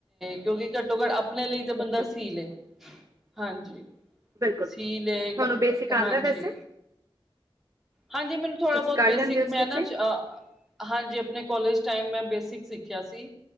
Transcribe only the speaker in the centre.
ਕਿਉਂਕਿ ਘੱਟੋ ਘੱਟ ਆਪਣੇ ਲਈ ਤੇ
ਬੰਦਾ ਸੀ ਲੈ, ਹਾਂਜੀ।
ਸੀਅ
ਲੇ ਕੱਪੜ,
ਹਾਂਜੀ।
ਹਾਂਜੀ, ਮੈਨੂੰ ਥੋੜਾ
ਬਹੁਤ
ਬੇਸਿਕ
ਮੈਂ ਨਾ ਚ, ਹਾਂਜੀ ਆਪ ਆਪਣੇ ਕੋਲਜ ਟਾਈਮ ਮੈਂ ਬੇਸਿਕ ਸਿੱਖਿਆ ਸੀ,